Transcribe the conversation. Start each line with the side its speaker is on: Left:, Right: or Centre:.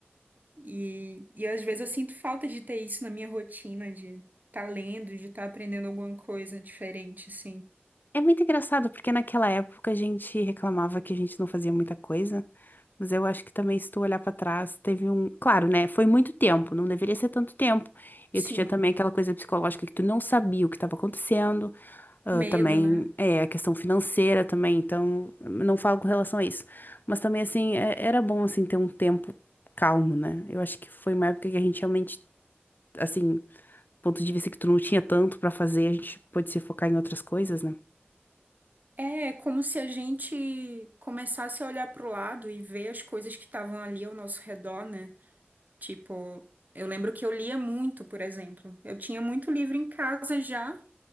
Right: E, e às vezes eu sinto falta de ter isso na minha rotina, de estar tá lendo, de estar aprendendo alguma coisa diferente, assim.
Left: É muito engraçado, porque naquela época a gente reclamava que a gente não fazia muita coisa, mas eu acho que também, se tu olhar pra trás, teve um. Claro, né? Foi muito tempo, não deveria ser tanto tempo.
Right: Sim,
Left: E tu tinha também aquela coisa psicológica que tu não sabia o que estava acontecendo, ah,
Right: medo,
Left: também
Right: né?
Left: é a questão financeira também, então não falo com relação a isso. Mas também, assim, é- era bom, assim, ter um tempo calmo, né? Eu acho que foi uma época que a gente realmente, assim, do ponto de vista que tu não tinha tanto pra fazer, a gente pôde se focar em outras coisas, né?
Right: É como se a gente começasse a olhar para o lado e ver as coisas que estavam ali ao nosso redor, né? Tipo, eu lembro que eu lia muito, por exemplo. Eu tinha muito livro em casa já,